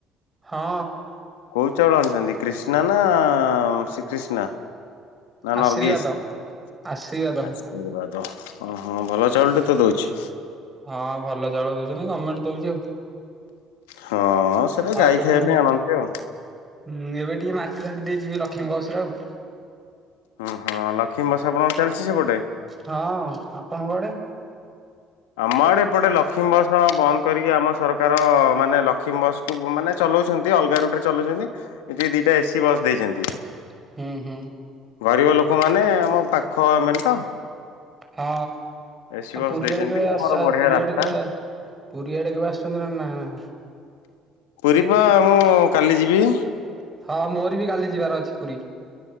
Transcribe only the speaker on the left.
କୋଉ ଚାଉଳ ଆଣୁଛନ୍ତି କ୍ରିଷ୍ଣା ନା ଶ୍ରୀକ୍ରିଷ୍ଣା ନା
ନର୍ଗିଷ
ଆଶୀର୍ବାଦ ଓ ହଁ ଭଲ ଚାଉଳଟେ ତ ଦଉଛି।
ହଁ ସେଟା
ଗାଈ
ଖାଇବା
ପାଇଁ ଆଣନ୍ତି ଆଉ।
ଓ ହଁ ଲକ୍ଷ୍ମୀ ବସ ଆପଣ ଚାଲିଛି ସେପଟେ?
ଆମ ଆଡେ ଏପଟେ ଲକ୍ଷ୍ମୀ ବସ ବନ୍ଦ କରିକି ଆମ ସରକାର ମାନେ ଲକ୍ଷ୍ମୀ ବସକୁ ମାନେ ଚ ଚଲଉଛନ୍ତି। ଅଲଗା ରୁଟ୍ ରେ ଚଲଉଛନ୍ତି। ଏଠିକି ଦିଟା ଏସି ବସ୍ ଦେଇଛିନ୍ତି।
ଗରିବ ଲୋକମାନେ ଆମ ପାଖ ଏମାନେ ତ?
ଏସି
ବସ୍
ଦେଇଛନ୍ତି
ଆମର ବଢିଆ
ରାସ୍ତା
ପୁରୀ ପା ମୁଁ କାଲି ଯିବି।